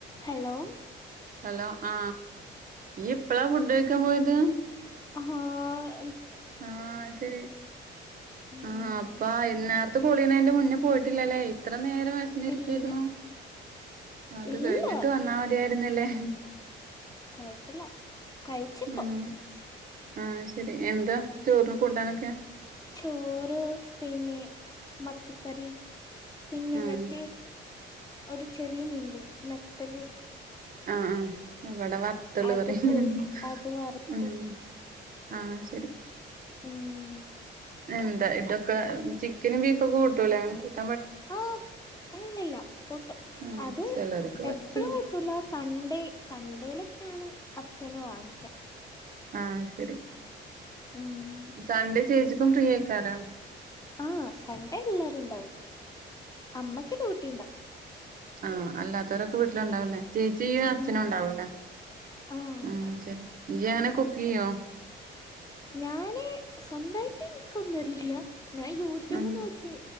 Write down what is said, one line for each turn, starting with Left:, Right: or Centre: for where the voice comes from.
Left: Hello
Right: hello ആ ഇയ്യ് ഇപ്പളാ ഫുഡ് കഴിക്കാൻ പോയത്
Left: ഹാ
Right: ആ ശെ
Left: ഉം
Right: ആ അപ്പാ വൈന്നെർ ത്ത് പൊളിയണെന്റെ മുന്നേ പോയിട്ടില്ലല്ലേ ഇത്ര നേരം വിശന്നിരിക്കെര്ന്നു
Left: ഇല്ല
Right: അത്
Left: ഇല്ല
Right: കഴിഞ്ഞിട്ട് വന്നാ മതിയായിരുന്നല്ലേ <unintelligible>
Left: കുഴപ്പില്ല കഴിച്ച്പ്പൊ
Right: ഉം ആഹ് ശരി എന്താ ചോർന് കൂട്ടാനൊക്കെ
Left: ചോറ് പിന്നെ മത്തിക്കറി പിന്നെ
Right: ഉം
Left: മറ്റേ ഒരു ചെറിയ മീനില്ലെ നത്തല്
Right: ആ ആ ഇവിടെ വത്തള്
Left: അത്
Right: പറയും
Left: പോര്
Right: ഹ്
Left: അത് വറുത്ത്
Right: ഹ് മ് ആ ശെരി
Left: ഉം
Right: എന്താ ഇതൊക്കെ ചിക്കനും ബീഫൊക്കെ കൂട്ടൂലേ അങ്ങനെ കൂട്ട
Left: ആ ഇല്ലി ല്ലാ കൂട്ടും
Right: ഉം
Left: അത്
Right: ചെലോർക്ക് പറ്റൂല
Left: എപ്പളും കൂട്ടൂല സ്‌കൂ പണ്ടേ സൺഡേയ്ലൊക്കെയാണ് അച്ഛന് വാങ്ങിക്ക
Right: ആ ശെരി
Left: ഉം
Right: സൺഡേ ചേച്ചിക്കും ഫ്രീആയ്ക്കാരം
Left: ആ സൺഡേ എല്ലാരുണ്ടാവും വീട്ട്ല് അമ്മക്ക് ഡ്യട്ടി ഇണ്ടാ
Right: ആ അല്ലാത്തോരൊക്കെ വീട്ടിലുണ്ടാവു ല്ലേ ചേച്ചി ഇയ്യും
Left: ഉം
Right: അച്ഛനുണ്ടാവൂലേ
Left: ആഹ് ഉണ്ടാവും
Right: മ് ശരി ഇയ്യെങ്ങനെ കുക്കെയ്യോ
Left: ഞാന് സ്വന്തയ്റ്റ് എനിക്കൊന്നറിയില്ല ഞാൻ യൂട്യൂബ്
Right: ഉം
Left: നോക്കി.